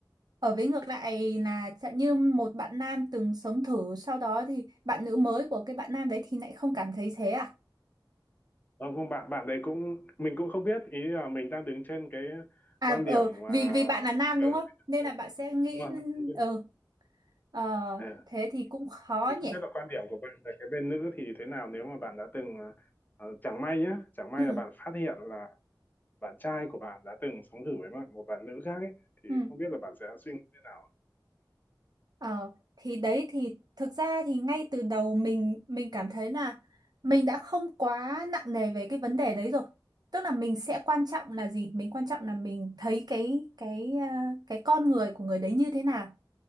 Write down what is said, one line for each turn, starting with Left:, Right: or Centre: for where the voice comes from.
Right: Ở vế ngược lại là chẳng như một bạn nam từng sống thử sau đó thì bạn nữ mới của cái bạn nam đấy thì lại không cảm thấy thế à?
Left: Không không bạn bạn đấy cũng mình cũng không biết ý là mình đang đứng trên cái
Right: À,
Left: quan điểm
Right: ừ,
Left: mà
Right: vì vì bạn là nam
Left: ờ,
Right: đúng không? Nên
Left: ờ,
Right: là bạn sẽ nghĩ,
Left: đúng rồi, mình đứng trên,
Right: ừ Ờ,
Left: ờ,
Right: thế thì cũng khó
Left: thì
Right: nhỉ.
Left: không biết là quan điểm của bạn về cái bên nữ thì thế nào nếu mà bạn đã từng ờ, ờ, chẳng may nhá chẳng may
Right: Ừ,
Left: là bạn phát hiện là bạn trai của bạn đã từng sống thử với một bạn nữ khác ấy thì
Right: ừ.
Left: không biết là bạn sẽ suy nghĩ thế nào
Right: Ờ, thì đấy thì thực ra thì ngay từ đầu mình mình cảm thấy là mình đã không quá nặng nề về cái vấn đề đấy rồi. Tức là mình sẽ quan trọng là gì? Mình quan trọng là mình thấy cái cái ờ, cái con người của người đấy như thế nào.